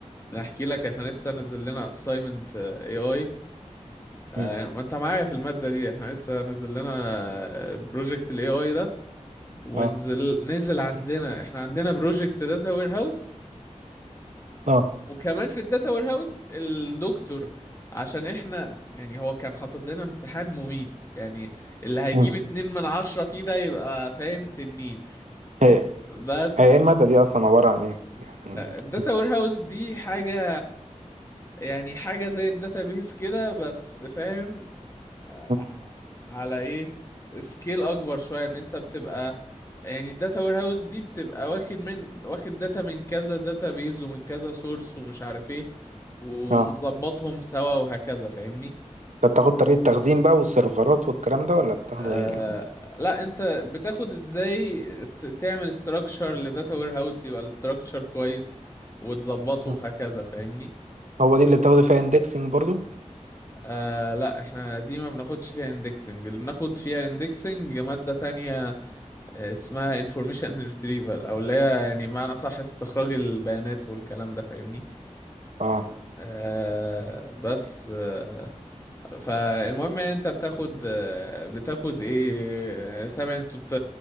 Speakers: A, on the left; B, on the right.
A: انا احكي لك احنا لسه نازل لنا assignment اي اي آه،
B: مم.
A: ما انت معايا في المادة دي احنا لسه نازل لنا بروجكت الاي اي ده ونزل
B: اه
A: نزل عندنا احنا عندنا بروجكت داتا وير هاوس
B: اه
A: وكمان في الداتا وير هاوس الدكتور عشان احنا يعني هو كان حاطط لنا امتحان مميت يعني اللي هيجيب
B: مم.
A: اتنين من عشرة فيه ده يبقى فاهم تنين
B: هي هي
A: بس
B: ايه الماده دي اصلا عباره عن ايه يعني انت-
A: الداتا وير هاوس دي حاجة يعني حاجة زي الداتابيس كده بس فاهم آه،
B: مم.
A: على ايه سكيل اكبر شويه ان انت بتبقى يعني الداتا وير هاوس دي بتبقى واخد من واخد داتا من كذا داتا بيز ومن كذا سورس ومش عارف ايه ومظبطهم
B: اه
A: سوا وهكذا فاهمني
B: انت بتاخد طريقه تخزين بقى والسيرفرات والكلام ده ولا بتاخده
A: آه
B: ايه يعني
A: لا انت بتاخد ازاي ت- تعمل استراكشر لداتا وير هاوس يبقى الاستراكشر كويس وتظبطه
B: مم.
A: وهكذا فاهمني
B: هو دي اللي بتاخده فيها اندكسنج برضو
A: آه لا احنا دي ما بناخدش فيها اندكسنج اللي بناخد فيها اندكسنج مادة تانية اسمها انفورميشن retrieval او اللي هي يعني معنى صح استخراج البيانات والكلام ده فاهمني
B: اه
A: آه بس آه فالمهم يعني انت بتاخد آه بتاخد ايه سامع انتوا بت...